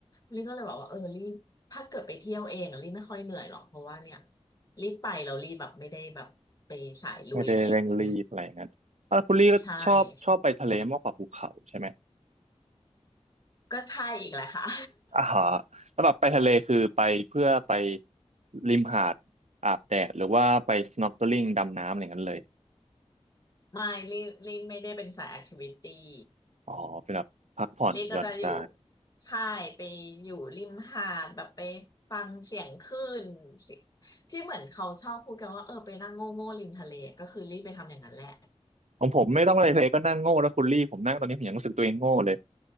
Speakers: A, on the left; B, on the right.
A: ลี่ก็เลยบอกว่าเออลี่ถ้าเกิดไปเที่ยวเองอะลี่ไม่ค่อยเหนื่อยหรอกเพราะว่าเนี่ยลี่ไปแล้วลี่แบบไม่ได้แบบไปสายลุยอะไรอย่างเงี้ย
B: ไม่ได้เร่งรีบอะไรอย่างนั้นอ่ะคุณลี่ก็ชอบชอบไปทะเลมากกว่าภูเขาใช่ไหม
A: ใช่ใช่ก็ใช่อีกแหละค่ะ
B: อ่าฮะแล้วแบบไปทะเลคือไปเพื่อไปริมหาดอาบแดดหรือว่าไป snorkeling ดำน้ำอะไรอย่างนั้นเลย
A: <laughs> ไม่ลี่ลี่ไม่ได้เป็นสายแอคทิวิตี้
B: อ๋อเป็นแบบพักผ่อนหย่อนใจ
A: ลี่ก็จะอยู่ใช่ไปอยู่ริมหาดแบบไปฟังเสียงคลื่นสิที่เหมือนเขาชอบพูดกันว่าเออไปนั่งโง่โง่ริมทะเลก็คือลี่ไปทำอย่างนั้นแหละ
B: ของผมไม่ต้องอะไรเลยก็นั่งโง่แล้วคุณลี่ผมนั่งตอนนี้ผมยังรู้สึกตัวเองโง่เลย